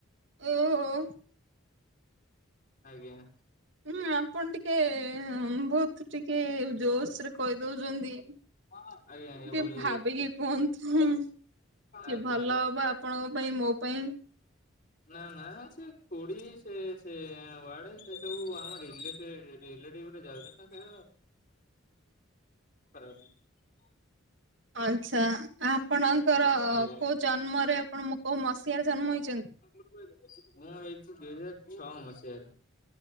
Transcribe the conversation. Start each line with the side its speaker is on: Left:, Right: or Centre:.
Right: ଉଁ।
Left: ଆଜ୍ଞା।
Right: ହୁଁ ଆପଣ ଟିକେ ବହୁତ ଟିକେ ଜୋସ ରେ କହିଦଉଛନ୍ତି। ଟିକେ
Left: ଆଜ୍ଞା ଆଜ୍ଞା ଭୁଲି
Right: ଭାବିକି
Left: ଯାଇଥିଲି
Right: କୁହନ୍ତୁ। ଟିକେ
Left: ଆଜ୍ଞା
Right: ଭଲ
Left: ଆଜ୍ଞା।
Right: ହବ ଆପଣଙ୍କ ଙ୍କ ପାଇଁ ମୋ ପାଇଁ।
Left: ନା ନା ସେ କୋଡ଼ି ସେ ସେ। <unintelligible> ସେ ସବୁ ଆମ ରିଲେଟିଭ୍ ରେଲେଟିଭ୍ ରେ ଯାଉଛନ୍ତି। <unintelligible> <unintelligible>
Right: ଆଚ୍ଛା। ଆପଣଙ୍କର
Left: ଆଜ୍ଞା
Right: କୋଉ ଜନ୍ମରେ ଆପଣ କୋଉ ମସିହା ରେ ଜନ୍ମ ହେଇଛନ୍ତି?
Left: <unintelligible> <unintelligible> ମସିହାରେ